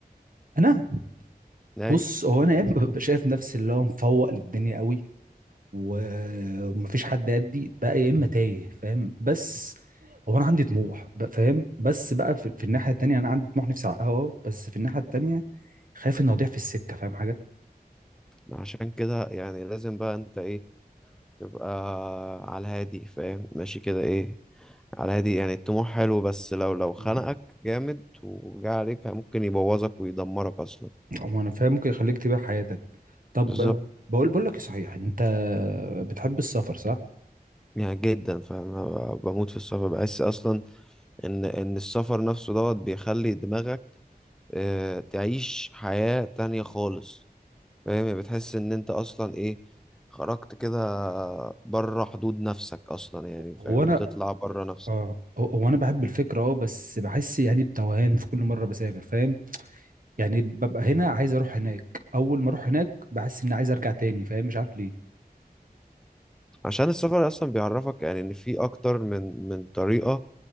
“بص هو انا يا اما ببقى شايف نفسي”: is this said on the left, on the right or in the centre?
Right